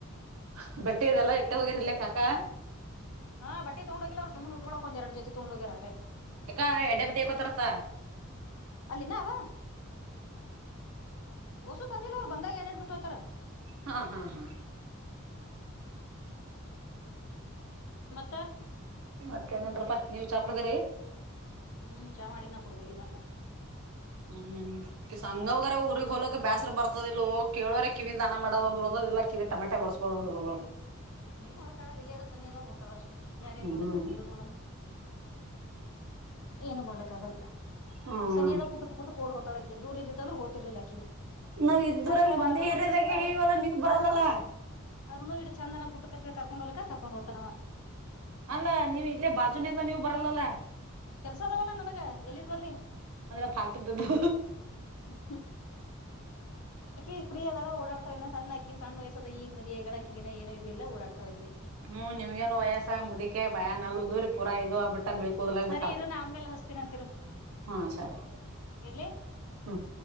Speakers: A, on the right; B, on the left.
A: ಹ್ಮ ಬಟ್ಟೆದೆಲ್ಲ ಇಟ್ಟ ಹೋಗಿರ್ಲ್ಲ ಕಾಕಾ
B: ಹಾ ಬಟ್ಟ ತಗೊಂಡೋಗಿಲ್ಲ್ ಸುನೆ ಉಕಳಕ ಒಂದ ಎರಡ ಜೊತೆ ತಗೊಂಡೋಗಿರ ಅಟೆ
A: ಯಕ ಎಡ್ಡೆ ಬಿಟ್ಟಿ ಹಕೋತಾರತ್ತ
B: ಅಲ್ಲಿ ಇನ್ನ ಅವ ಹೊಸು ತಂದಿಲ್ಲ ಅವ್ ಬಂದಾಗ ಎರಡ್ ಬಿಟ್ಟು ಹತಾರ
A: ಹಾ ಹಾ ಹಾ
B: ಮತ್ತ
A: ಮತ್ತೇಏನಲ್ರಪ್ಪಾ ನೀವ ಚಾ ಕುಡದರಿೀ
B: ಹ್ಮ್ ಚಾ ಮಾಡ ನಾ ಕುಡುದಿಲ್ಲಿನ
A: ಹ್ಮ್ ಹ್ಮ್ ಸಂಘವರ ಹುರಿಗೆಗ್ ಹ ಹೊಲೋಕ ಬೇಸ್ರ ಬರ್ತ ಇ ಕೇಳೋರೆ ಕಿವಿ ದಾನ ಮಾಡೋದ ಒಂದ ಉಳ್ದದ ಇಿಲ್ಲ ಕಿವಿಟಮಟ ಒಡಸ್ೋದ ಒಂದು ಉಳ್
B: ಏನ್ ಮಾಡೋಕ್ಕ್ರ ಇಲ್ಲಿ ಅದ ಸನಿ ಅದ ಹೋಗ್ಾಳ ಅಷ್ಟೆ ಯಾರ
A: ಹ್ಮ್
B: ಏನ್ ಮಾಡಕ್ತಳ್ ಮಾಡೋಡಣ ಏನು ಮಾಡ್ಲಕ್ಕ ಆಗಲ್ಲ
A: ಹ್ಮ್
B: ಸನಿ ಅದ ಪುಟಕ ಪುಟ ಕೊಡ್ ಹೊತಳಾೆ ದೂ ಇದ್ದತ್ತ ಅ್ರೆಓದತಿರ್ಲಿಲ್ಲ
A: ನಾವ್ ಇದ್ದೂರಾಗಿ
B: ಆಯ್ತಾ
A: ಒಂದೇ
B: ಅರುಣು
A: ಏರಿಯಾದಾಗೆ
B: ಇತ್ತು ಅ
A: ಇವಲ್ಲ ನೀವ್ ಬರಲ್ಲಲ್ಲ
B: ಅರುಣು ಅವ್ರನು ಇ ಚಂದ ಪುಟ್ಟ ಕತ್ತಿ ಕರ್ಕೊಂಡ್ ಹ್ಕ ಕಕೊಂಡ್ ಹೋಗತವ
A: ಅಲ್ಲ ನೀವು ಇಲ್ಲೇ ಬಾಜುನೆ ಎಲ್ಲ ನೀವು ಬರಲ್ಲಲ್ಲ
B: ಕೆಲ್ಸದಾವಲ್ಲ ನನಗ ಎಲ್ಲಿಿದ್ ಬರ್ಲಿ
A: ಅಂದ್ರೆ ಫಾಲ್ತು ಬಿದ್ದು
B: ಹ್ಮ ಅಕೆ ಫ್ರೀ ಅದಳ ಓಡಾಡ್ತ ಸಣ್ಣಾಿ ಸಣ್ಣ ವಯಸದ ಈ ಮದಿಐಗಳ ಹಕ್ಕಿಿನ ಏನು ಇದ ಇಿಲ್ಲ ಓಡಾಡ್ತಳಕಕ್ಕೆ
A: ಹ್ಮ್ ನಿಮ್ಗೇನು ವಯಸ್ಸ ಮುದಿಕೆ ಭಯಾನಲ್ಲದ್ರೀ ಪೂರ ಇದದು ಆಗ್ಬಿಟ್ಟ ಬಿಳಿಕೋದಲಾಗಿ
B: ಸರಿ
A: ಬಿಟ್ಟವು
B: ಇರು ನಾ ಆಮೇಲೆ ಹಚ್ತೀನಂತಿರು
A: ಹಾ ಸಾರಿ
B: ಇಡ್ಲಿ
A: ಹ್ಮ್